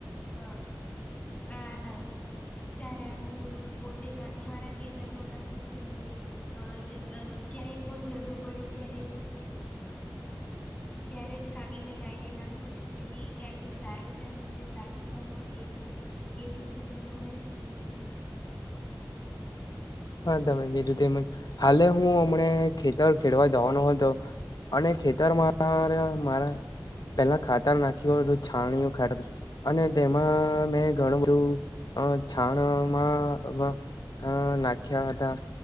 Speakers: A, on the left; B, on the left.
A: હ આ ચારાનું પોતે મારા ખેતરમાં નાખું છું ને અ જયારે પણ જરૂર પડે ત્યારે ત્યારે જ કાપીને ગાયને નાખું છું તેથી ગાયને સારો ચારો અને તાજું ચાર મળે એવું કેવું છે તમારે શું કેવું છે?
B: હા તમે કીધું તેમજ, હાલે હું અમને ખેતર ખેડવા જવાનો હતો અને ખેતર મા મારા પેલા ખાતર નાખયુ તું છાણીયુ ખા અને તેમાં મેં ઘણું બધું છાણમાં હ નાખ્યા હતા